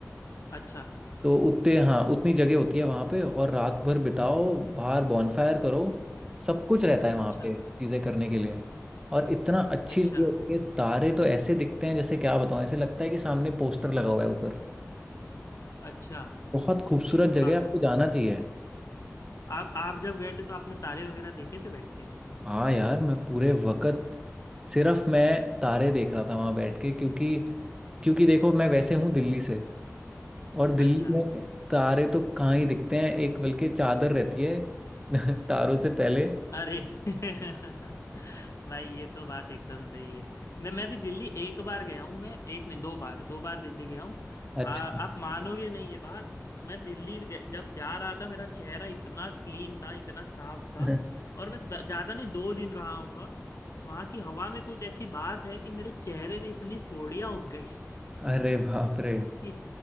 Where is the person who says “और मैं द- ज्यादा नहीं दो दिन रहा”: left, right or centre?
Left